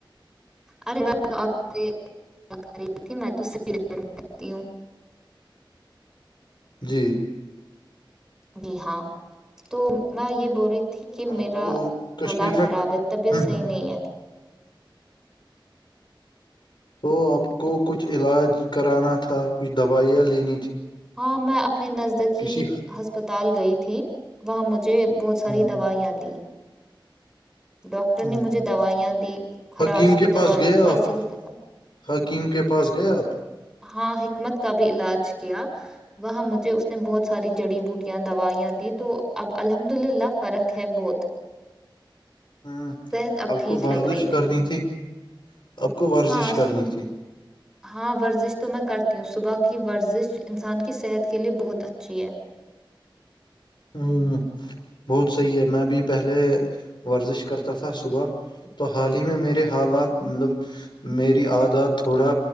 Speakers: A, in the centre; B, on the left.
A: ارے بات آپ سے رہی تھی میں تو سری میں رہتی ہوں
B: جی
A: بہاں تو میں یہ بول رہی تھی کہ
B: اور
A: میرا
B: کشمیر
A: گلا
B: میں
A: خراب ہے طبیعت
B: ہم،
A: صحیح
B: ہم،
A: نہیں ہے
B: تو آپ کو کچھ علاج کرانا تھا کچھ دوائیاں لینی تھی
A: ہاں میں اپنے نزدکی
B: کسی
A: ہسپتال گئی تھی وہاں مجھے بہت ساری
B: ہ
A: دوائیاں دی ڈاکٹر
B: ہ
A: نے مجھے دوائیاں دی خراش
B: حکیم کے
A: کی دوائی
B: پاس گئے آپ
A: کاسی دا
B: حکیم کے پاس گئے آپ
A: ہاں حکمت کا بھی علاج کیا وہاں مجھے اس نے بہت ساری جڑی بوٹیاں دوائیاں دی تو اب الحمد للہ فرق ہے بہت
B: ہوں
A: صحت
B: اب
A: ٹھیک
B: کو ورزش
A: لگ رہی ہے
B: کرنی تھی اب کو ورزش
A: ہاں
B: کرنی تھی
A: ہاں ورزش تو میں کرتی ہوں صبح کی ورزش انسان کی صحت کے لیے بہت اچھی ہے
B: ہوں بہت صحیح ہے میں بھی پہلے ورزش کرتا تھا صبح تو حال ہی میں میرے حالات مطلب میری عادات تھوڑا